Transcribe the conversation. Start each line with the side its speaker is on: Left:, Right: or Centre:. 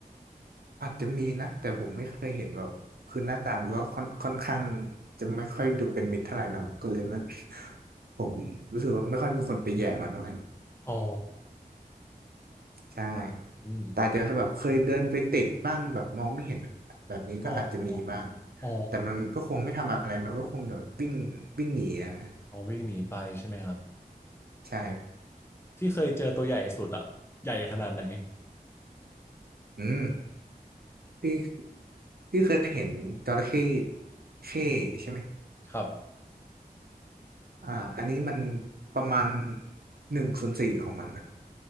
Right: อาจจะมีนะแต่ผมไม่เคยเห็นแบบคือหน้าตามนก็ค่อนค่อนข้างจะไม่ค่อยดูเป็นมิตรเท่าไหร่เนาะก็เลยมันผมรู้สึกว่าไม่ค่อยมีคนไปแย่มันเท่าไหร่
Left: อ๋อ
Right: ใช่
Left: อืม
Right: แต่อาจจะแบบเคยเดินไปเตะบ้างแบบมองไม่เห็นแบบนี้ก็อาจจะมีบ้าง
Left: อ๋ออ๋อ
Right: แต่มันก็คงไม่ทำอะไรมันก็คงเดี๋ยววิ่งวิ่งหนีอะ
Left: อ๋อวิ่งหนีไปใช่ไหมครับ
Right: ใช่
Left: ที่เคยเจอตัวใหญ่สุดอ่ะใหญ่ขนาดไหน
Right: อืมพี่พี่เคยเห็นจระเข้เข้ใช่ไหม
Left: ครับ
Right: อ่าอันนี้มันประมาณหนึ่งส่วนสี่ของมัน